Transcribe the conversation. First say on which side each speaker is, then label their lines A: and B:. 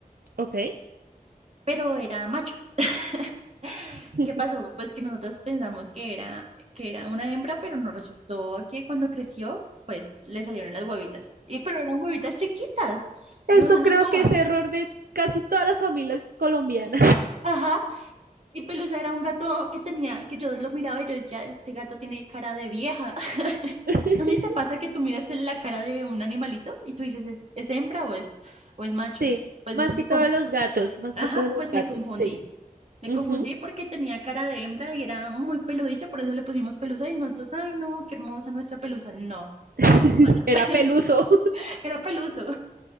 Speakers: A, on the right (about 85°); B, on the right (about 45°).
A: Ok.
B: pero era macho. <laughs>
A: <laughs>
B: ¿Qué pasó? Pues que nosotros pensamos que era, que era una hembra, pero no resultó que cuando creció, pues le salieron las huevitas. Y pero eran huevitas chiquitas
A: Eso
B: y no se
A: creo
B: notaban.
A: que es error de casi todas las familias colombianas.
B: Ajá. Y Pelusa era un gato que tenía, que yo lo miraba y yo decía, este gato tiene cara de vieja.
A: <laughs>
B: No sé si te pasa que tú miras en la cara de un animalito y tú dices, ¿es, es hembra o es, o es macho?
A: Sí,
B: Pues
A: más
B: me,
A: que todos
B: conf-
A: los gatos, más
B: Ajá,
A: que todos los
B: pues
A: gatos,
B: me confundí.
A: sí.
B: Me
A: Ujú.
B: confundí porque tenía cara de hembra y era muy peludita, por eso le pusimos pelusa y nosotros, ay no, qué hermosa nuestra pelusa. No,
A: <laughs>
B: era macho,
A: Era
B: <laughs>
A: peluso.
B: era peluso.